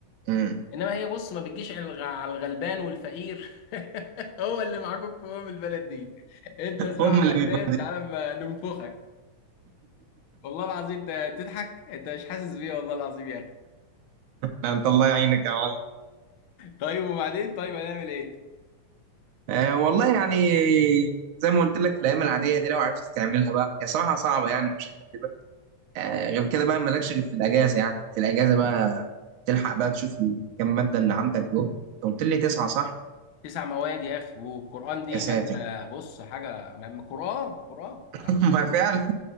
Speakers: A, on the right; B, on the left.
A: أمم.
B: انما هي بص ما بتجيش على الغ- على الغلبان والفقير <laughs> هو اللي معاكم قوام البلد دي انت زراعه
A: هم اللي
B: غلبان
A: بيبقى
B: تعالى ما ننفخك والله العظيم انت تضحك انت مش حاسس بيه والله العظيم يا اخي
A: انت الله يعينك يا معلم
B: طيب وبعدين طيب هنعمل ايه
A: آه والله يعني زي ما قلت لك في الايام العاديه دي لو عرفت تعملها بقى هي صراحه صعبه يعني مش هكدبك آه غير كده بقى مالكش غير في الاجازه يعني في الاجازه بقى تلحق بقى تشوف الكام ماده اللي عندك دول انت قلت لي تسعه صح
B: تسع مواد يا اخي والقران دي
A: يا ساتر
B: ماده بص حاجه م- م- قران قران انت على-
A: <laughs> ما
B: هتقول
A: فعلا
B: ايه